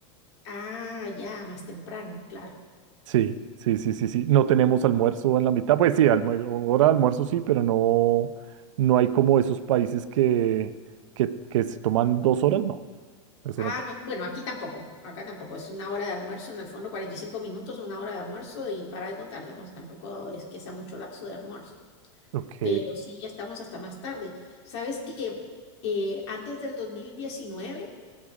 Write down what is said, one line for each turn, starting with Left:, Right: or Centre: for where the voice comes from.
Left: ah, ya, más temprano, claro.
Right: Sí, sí, sí, sí, sí. No tenemos almuerzo en la mitad, pues sí, almu- hora de almuerzo sí, pero no, no hay como esos países que, que, que se toman dos horas, no, eso
Left: Ah,
Right: no.
Left: no, bueno, aquí tampoco, acá tampoco, es una hora de almuerzo, en el fondo 45 minutos, una hora de almuerzo y para de contar, digamos, tampoco es que sea mucho lapso de almuerzo.
Right: Ok,
Left: pero sí ya estamos hasta más tarde. ¿Sabes que eh, antes del 2019